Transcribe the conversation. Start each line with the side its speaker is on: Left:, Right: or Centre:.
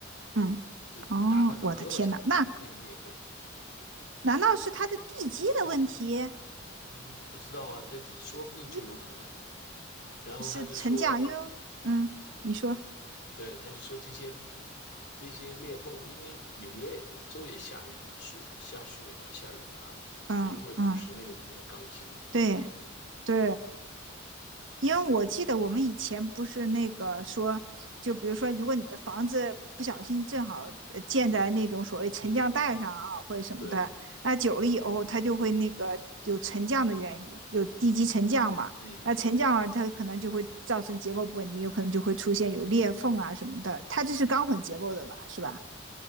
Right: 嗯哦，
Left: 就大半个胳膊长那个裂缝，
Right: 我的天呐，那难道是它的地基的问题？
Left: 嗯，不知道啊，但说不定就有可能。
Right: 一
Left: 然后他就说，
Right: 是沉降，因为嗯，你说，
Left: 对，他就说这些这些裂缝，因为纽约州也下雨水下雪呀、下雨啊，
Right: 嗯嗯，
Left: 它就会腐蚀那个里面的钢筋。
Right: 对对因为我记得我们以前不是那个说，就比如说，如果你的房子不小心正好呃建在那种所谓沉降带上啊，
Left: 嗯，
Right: 或者什么的，
Left: 对，
Right: 那久了以后它就会那个有沉降的原因，有地基沉降嘛。
Left: 嗯，
Right: 那沉降了，它可能就会造成结构不稳定，有可能就会出现有裂缝啊什么的。它这是钢混结构的吧？是吧？